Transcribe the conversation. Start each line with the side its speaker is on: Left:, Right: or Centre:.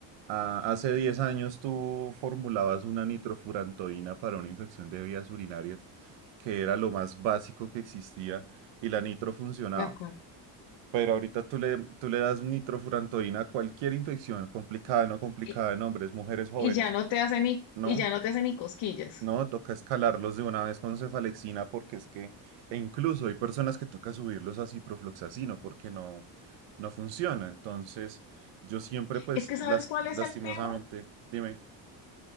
Right: Ah, hace 10 años tú formulabas una nitrofurantoína para una infección de vías urinarias, que era lo más básico que existía, y la nitro funcionaba.
Left: de acuerdo.
Right: Pero ahorita tú le, tú le das nitrofurantoína a cualquier infección, complicada, no complicada,
Left: Y,
Right: en hombres, mujeres, jóvenes.
Left: y ya no te hacen ni,
Right: No,
Left: y ya no te hacen ni cosquillas.
Right: no, toca escalarlos de una vez con cefalexina porque es que, e incluso hay personas que toca subirlos a ciprofloxacino porque no, no funciona. Entonces, yo siempre, pues,
Left: Es que ¿sabes
Right: las,
Left: cuál es
Right: lastimosamente,
Left: el tema?
Right: dime.